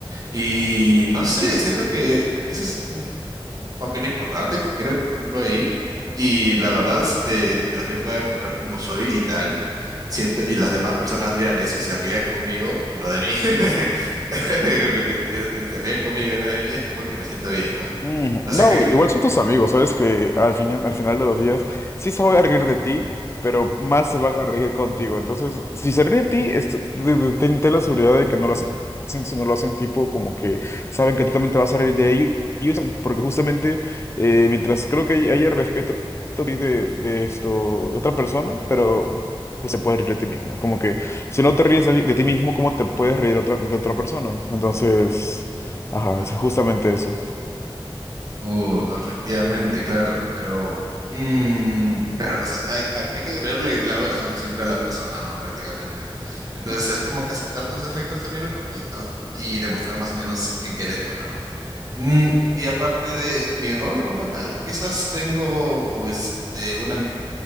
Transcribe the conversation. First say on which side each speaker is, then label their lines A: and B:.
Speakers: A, on the right; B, on the left.
A: Y no sé, siento que eso es papel importante que creo que cumplo ahí. Y la verdad, este, mientras yo pueda demostrar cómo soy y tal, siento, y las demás personas vean eso y se rían conmigo y no de mí, <laughs> lo que es- se rían conmigo y no de mí es como que me siento bien, ¿no?
B: Mm,
A: No sé
B: No,
A: qué.
B: igual son tus amigos, sabes que al fin, al final de los días sí se van a reír de ti, pero más se van a reír contigo. Entonces, si se ríe de ti, es- de- de- ten, ten la seguridad de que no lo hacen, si no lo hacen tipo como que saben que tú también te vas a reír de ellos, ellos, porque justamente eh, mientras creo que hay- haya respeto de, de esto, de otra persona, pero ju- justo te puedes reír de ti mismo. Es como que si no te ríes de, de ti mismo, ¿cómo te puedes reír de otra, de otra persona? Entonces, ajá,
A: claro.
B: es justamente eso.
A: Uh, efectivamente, claro, pero mm, claro, o sea, hay, hay- hay que creerle lado gracioso siempre a la persona, ¿no? Prácticamente. Entonces es como que aceptar tus defectos también un poquito y demostrar más o menos en qué eres bueno, ¿no? Mm, y aparte de mi rol como tal, quizás tengo este, una